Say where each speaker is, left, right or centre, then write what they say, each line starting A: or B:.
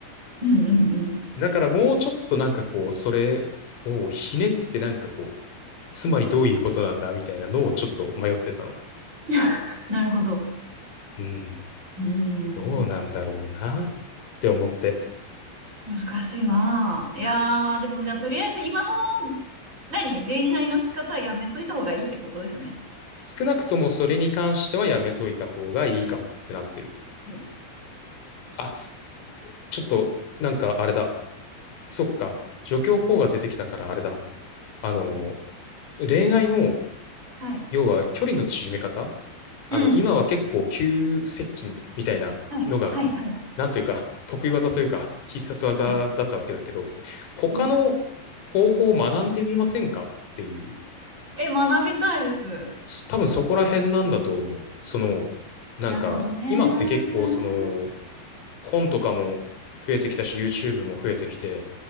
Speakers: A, on the right; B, on the left.
A: うんうんうん。
B: だからもうちょっとなんかこう、それをひねってなんかこう、つまりどういうことなんだみたいなのをちょっと迷ってたの。
A: <laughs> なるほど。
B: うん。
A: うーん。
B: どうなんだろうなって思って、
A: 難しいなぁ。いやー、でもじゃあ、とりあえず今の、何、恋愛の仕方はやめといた方がいいってことですね。
B: 少なくともそれに関してはやめといた方がいいかもってなってる。
A: はい。
B: あ、ちょっと、なんかあれだ。そっか。助教講が出てきたからあれだ。あの、恋愛の、
A: はい。
B: 要は距離の縮め方あの、
A: うん。
B: 今は結構急接近みたいなのが、
A: はい。はい。はい。
B: なんというか、得意技というか、必殺技だったわけだけど、
A: はい。
B: 他の
A: うん。
B: 方法を学んでみませんかっていう
A: え、学びたいです。
B: 多分そこら辺なんだと思う。その、なんか、
A: なるほどね。
B: 今って結構その、本とかも増えてきたし、YouTube も増えてきて、